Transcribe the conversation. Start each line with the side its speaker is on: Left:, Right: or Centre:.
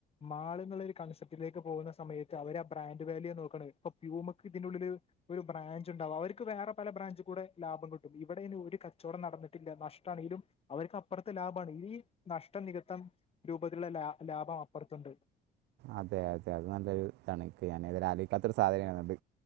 Left: മാളിന്നിള്ളൊര് കൺസെപ്റ്റിലേക്ക് പോകുന്ന സ് സമയത്ത് അവര് ആ ബ്രാൻഡ് വല്യൂവാ നോക്കിണ് ഇപ്പൊ പ്യൂമക്ക് ഇതിനുള്ളില് ഒരു ബ്രാഞ്ചിണ്ടാവും. അവര്ക്ക് വേറെ പല ബ്രാഞ്ച് കൂടെ ലാഭം കിട്ടും ഇവെടേന് ഒരു കച്ചോടം നടന്നിട്ടില്ല. നഷ്ടണെങ്കിലും അവർക്ക് അപ്പുറത്തെ ലാഭാണ് ഈ നഷ്ടം നികത്തം രൂപത്തിള്ള ലാ ലാഭം അപ്പർത്തുണ്ട്
Right: അതെ അതെ അത് നല്ലൊരു ഇതാണ്ക്ക്. ഞാനിതൊരെ ആലൊയ്ക്കാത്തരു സാധനേണത്